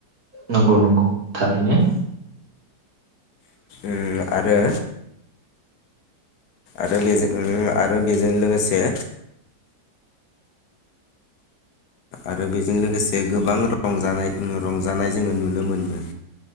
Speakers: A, on the right; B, on the left.
A: नंगौ नंगौ थारैनो।
B: उम आरो आरो बेजों आरो बेजों लोगोसे आरो बेजों लोगोसे गोबां रंजानाय उम रंजानाय जोङो नुनो मोनो।